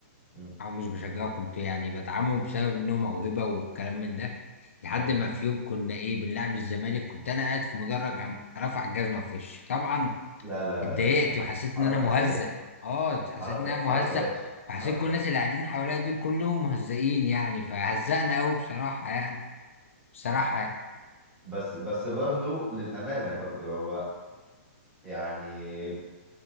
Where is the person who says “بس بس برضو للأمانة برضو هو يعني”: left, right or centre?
Centre